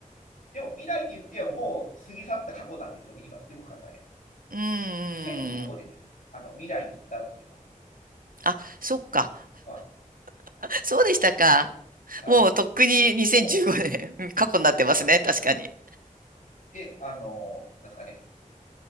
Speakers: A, on the left; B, on the right.
A: でも、未来って言っても、もう過ぎ去った過去なんですよね、今、よく考えれば。
B: うんうんうん
A: 2015年ですね。あの、未来に行ったっていうのは。
B: あ、そっか。
A: あ
B: <laughs> そうでしたか。
A: はい。
B: もうとっくに2015年、
A: お
B: <laughs> 過去になってますね。確かに。
A: はい。で、あの、なんですかね。